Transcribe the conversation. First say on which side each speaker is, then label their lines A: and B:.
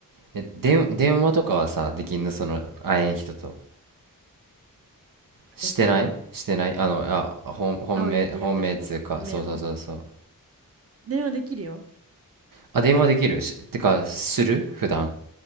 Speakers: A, on the right; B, on the right.
A: え、電、電話とかはさ、できんのその、会えん人と。してないしてないあの、
B: どっちの
A: あ、本、本命、
B: 会う予定やった人本命の
A: 本命つうか、そうそうそうそう。
B: 電話できるよ。
A: あ、電話できるしてか、する普段、
B: うん。